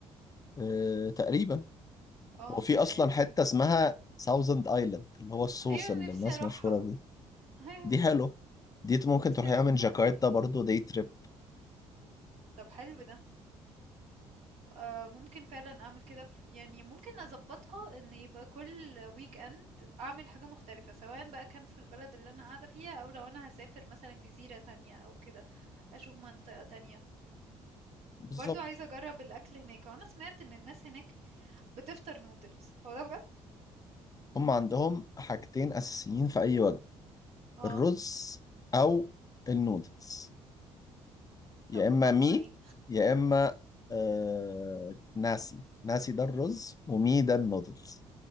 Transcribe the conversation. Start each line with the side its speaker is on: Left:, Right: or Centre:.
Left: آه، تقريبا
Right: اه
Left: وفي
Right: فيعني
Left: أصلا حتة اسمها ساوزند آيلاند اللي هو الصوص
Right: أيوه
Left: اللي
Right: أنا نفسي
Left: الناس
Right: أروحها
Left: مشهورة بيه
Right: <laughs> أيوه
Left: دي حلوة دي ممكن
Right: نفسي
Left: تروحيها
Right: أروحها
Left: من جاكرتا
Right: أوي
Left: برضو دي تريب
Right: طب حلو ده آه ممكن فعلا أعمل كده في يعني ممكن أظبطها إن يبقى كل ويك أند أعمل حاجة مختلفة سواء بقى كانت في البلد اللي أنا قاعدة فيها أو لو أنا هسافر مثلا جزيرة تانية أو كده أشوف منطقة تانية
Left: بالظبط
Right: برضو عايزة أجرب الأكل هناك وأنا سمعت إن الناس هناك بتفطر نودلز هو ده بجد؟
Left: هم عندهم حاجتين أساسيين في أي وجبة
Right: اه
Left: الرز أو النودلز يا
Right: طب
Left: إما
Right: وطعمها
Left: مي
Right: ايه؟
Left: يا إما آه ناسي ناسي ده الرز ومي ده النودلز